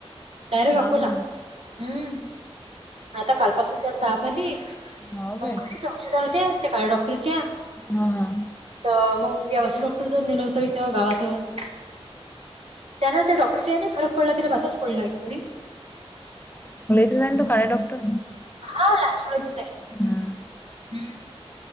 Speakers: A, on the right; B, on the left.
A: डयरेक्ट हाकला
B: हाव ना.
A: हम्म आता कालपासून त्याला तहापली
B: हाव
A: मग
B: काय
A: घरीच औषध होत्या त्या काळ डॉक्टरच्या
B: हा हा
A: तर मग ववच डॉक्टर जर नेलं होत इथं गावातच. त्यान त्या डॉक्टरची फरक पडला तिला बताच पडला एक बरी
B: <inaudible> तो कारडे डॉक्टर.
A: ह लहान मुलांचाच आहे.
B: हा.
A: हम्म